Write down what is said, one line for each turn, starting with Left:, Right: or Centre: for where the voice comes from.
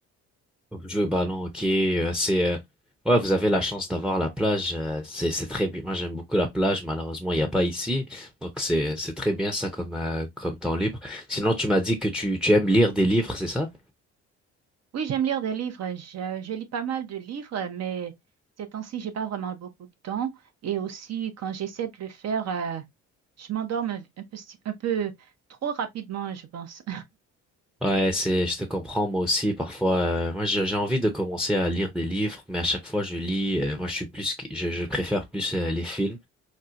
Centre: Jouer au ballon, ok, euh, c'est euh, ouais, vous avez la chance d'avoir la plage, euh, c'est c'est très bien. Moi, j'aime beaucoup la plage, malheureusement, il n'y a pas ici. Donc c'est c'est très bien ça comme euh, comme temps libre. Sinon, tu m'as dit que tu tu aimes lire des livres, c'est ça?
Right: Oui, j'aime lire des livres. Je, je lis pas mal de livres, mais ces temps-ci, j'ai pas vraiment beaucoup de temps. Et aussi, quand j'essaie de le faire, euh, je m'endorme un, un peu, sti- un peu trop rapidement, je pense.
Centre: Ouais, c'est je te comprends moi aussi parfois euh, moi j'ai j'ai envie de commencer à lire des livres, mais à chaque fois je lis euh, moi je suis plus qui- je je préfère plus euh, les films.